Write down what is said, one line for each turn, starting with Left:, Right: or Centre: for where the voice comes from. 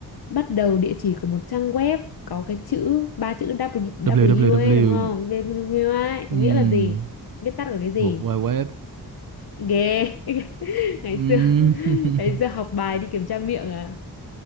Left: bắt đầu địa chỉ của một trang web có cái chữ ba chữ W, W
Right: www
Left: ấy đúng không? W W ấy, có
Right: um
Left: nghĩa là gì? Viết tắt của cái gì?
Right: World Wide Web
Left: Ghê. <laughs> Ngày
Right: Ừm,
Left: xưa
Right: <laughs>
Left: ngày xưa học bài đi kiểm tra miệng à.